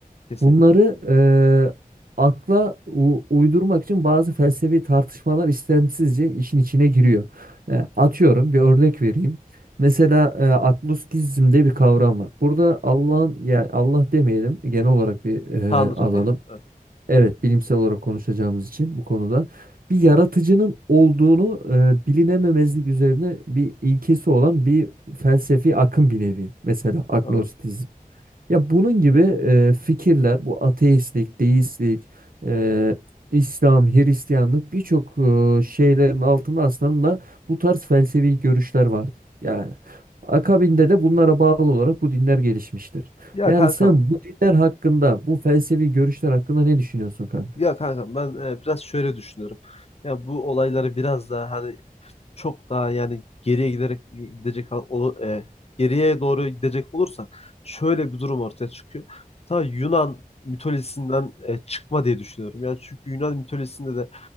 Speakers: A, on the left (about 45°); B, on the right (about 70°).
A: Kesinlikle.
B: Bunları e, akla u- uydurmak için bazı felsefi tartışmalar istemsizce işin içine giriyor. E, atıyorum bir örnek vereyim. Mesela e, agnostizm diye bir kavram var. Burada Allah'ın yani Allah demeyelim genel olarak bir e,
A: Tanrı
B: alalım.
A: diyelim. Evet.
B: Evet bilimsel olarak konuşacağımız için bu konuda bir yaratıcının olduğunu e, bilinememezlik üzerine bir ilkesi olan bir felsefi akım bir nevi. Mesela agnostizm.
A: Anladım.
B: Ya bunun gibi e, fikirler, bu ateistlik, deistlik, e, İslam, Hristiyanlık birçok e, şeylerin altında aslında bu tarz felsefi görüşler vardır. Yani akabinde de bunlara bağlı olarak bu dinler gelişmiştir.
A: Ya
B: Yani
A: kankam.
B: sen bu dinler hakkında, bu felsefi görüşler hakkında ne düşünüyorsun kanka?
A: Ya kankam ben e, biraz şöyle düşünüyorum. Ya bu olayları biraz daha hani çok daha yani geriye giderek gidecek al- olu- e, geriye doğru gidecek olursak şöyle bir durum ortaya çıkıyor. Ta Yunan mitolojisinden e, çıkma diye düşünüyorum. Yani çünkü Yunan mitolojisinde de